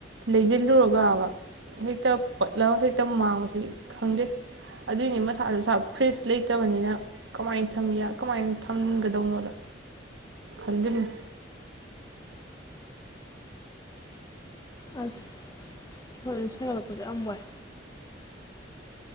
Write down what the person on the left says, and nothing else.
ꯑꯁ ꯍꯣꯏ ꯑꯗꯨ ꯁꯥꯒꯠꯂꯛꯄꯗ ꯌꯥꯝ ꯋꯥꯏ